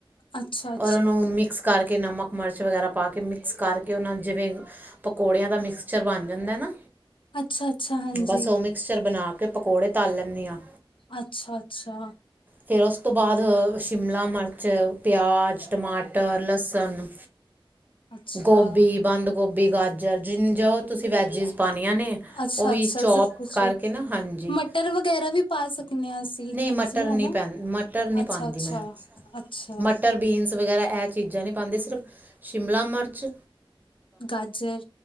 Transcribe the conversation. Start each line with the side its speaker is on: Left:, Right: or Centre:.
Left: ਅੱਛਾ ਅੱਛਾ
Right: ਔਰ ਉਹਨੂੰ ਮਿਕਸ ਕਰਕੇ ਨਮਕ ਮਰਚ ਵਗੈਰਾ ਪਾ ਕੇ ਮਿਕਸ ਕਰਕੇ ਉਹਨਾਂ ਜਿਵੇਂ ਪਕੌੜਿਆਂ ਦਾ ਮਿਕਸ ਚਰਵਾਨ ਜਾਂਦੈ ਨਾ
Left: ਅੱਛਾ ਅੱਛਾ ਹਾਂਜੀ
Right: ਬਸ ਉਹ ਮਿਕਸਚਰ ਬਣਾ ਪਕੌੜੇ ਤਾਲ ਲੈਂਨੀ ਆ
Left: ਅੱਛਾ ਅੱਛਾ
Right: ਫਿਰ ਉਸ ਤੋਂ ਬਾਅਦ ਸ਼ਿਮਲਾ ਮਿਰਚ ਪਿਆਜ਼ ਟਮਾਟਰ ਲਸਨ
Left: ਅੱਛਾ
Right: ਗੋਭੀ ਬੰਦ ਗੋਭੀ ਗਾਜਰ ਜਿੰਜਰ ਜੋ ਤੁਸੀਂ ਵੈਜ ਪਾਨੀਆਂ ਨੇ
Left: ਅੱਛਾ
Right: ਉਹ ਵੀ
Left: ਅੱਛਾ
Right: ਚੋਪ
Left: ਸਭ ਕੁਛ
Right: ਕਰਕੇ ਨਾ ਹਾਂਜੀ
Left: ਮਟਰ ਵਗੈਰਾ ਵੀ ਪਾ ਸਕਦੇ ਹਾਂ ਅਸੀਂ
Right: ਨੀ
Left: ਹਾਂਜੀ
Right: ਮਟਰ
Left: ਹਨਾ
Right: ਨੀ ਮਟਰ ਨੀ
Left: ਅੱਛਾ
Right: ਪਾਂਦੀ
Left: ਅੱਛਾ
Right: ਮੈਂ
Left: ਅੱਛਾ
Right: ਮਟਰ ਬੀਨਸ ਵਗੈਰਾ ਇਹ ਚੀਜ਼ਾਂ ਨੀ ਪਾਂਦੀ ਸਿਰਫ ਸ਼ਿਮਲਾ ਮਰਚ
Left: ਗਾਜਰ